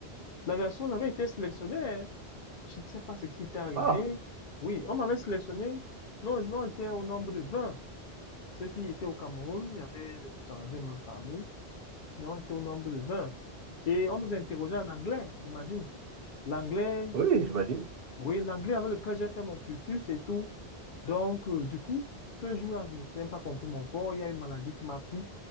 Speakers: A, on the left; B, on the right.
A: L'aviation, j'avais été sélectionné. hein. Je ne sais pas ce qui était arrivé.
B: Ah,
A: Oui, on m'avait sélectionné. Nous, nous on était au nombre de 20. Ceux qui étaient au Cameroun, il y avait des étrangers même parmi, ils ont été au nombre de vingt Et on nous interrogeait en anglais, imagine. L'anglais,
B: oui, j'imagine.
A: oui, l'anglais avec lequel j'ai fait mon cursus et tout. Donc, euh, du coup, ce jour-là, je n'ai même pas compris mon corps. Il y a une maladie qui m'a pris.